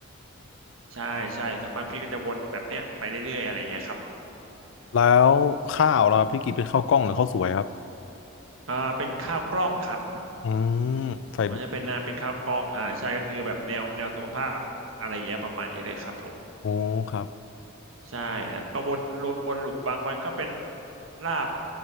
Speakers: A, on the right; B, on the left.
A: ใช่ใช่ส่วนมากพี่ก็จะวนแบบเนี้ยไปเรื่อยๆอะไรเงี้ยครับ
B: แล้วข้าวล่ะครับพี่กินเป็นข้าวกล้องหรือข้าวสวยครับ
A: อ่าเป็นข้าวกล้องครับ
B: อืมไฟเบอร์
A: ผมว่าจะเป็นหน้าเป็นข้าวกล้องอ่าใช่ก็คือแบบแนวแนวสุขภาพอะไรเงี้ยประมาณนี้เลยครับผม
B: โอ้ครับ
A: ใช่แล้วก็วนลูวนหลุมบางวันก็เป็นลาบ